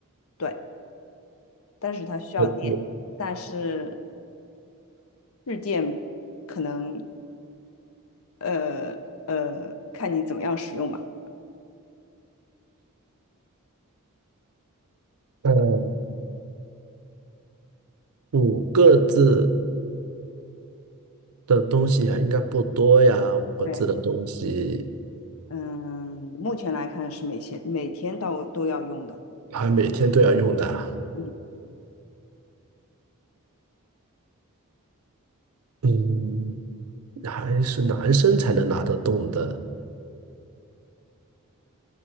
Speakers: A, on the left; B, on the right.
A: 对，但是它需要电，
B: 不不
A: 但是日电可能呃呃，看你怎么样使用吧。
B: 嗯，五个字的东西还应该不多呀，五个字的东西
A: 对，嗯，目前来看是每天每天到都要用的。
B: 还每天都要用的。
A: 嗯。
B: 嗯，还是男生才能拿得动的。